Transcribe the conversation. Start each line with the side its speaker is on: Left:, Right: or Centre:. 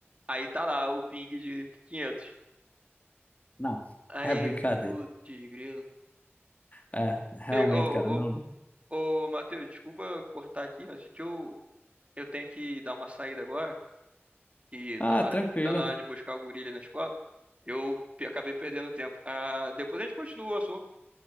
Right: Aí tá lá o ping de 500.
Left: Não.
Right: Aí,
Left: É brincadeira.
Right: putz, grilo.
Left: É, realmente,
Right: Ei, Ô,
Left: cara, não dá.
Right: ô, ô, Matheus, desculpa cortar aqui, mas é que eu, eu tenho que dar uma saída agora, que
Left: Ah,
Right: tá na hora
Left: tranquilo.
Right: de, tá na hora de buscar o gorila na escola. Eu pe- acabei perdendo tempo. Ah, depois a gente continua o assunto.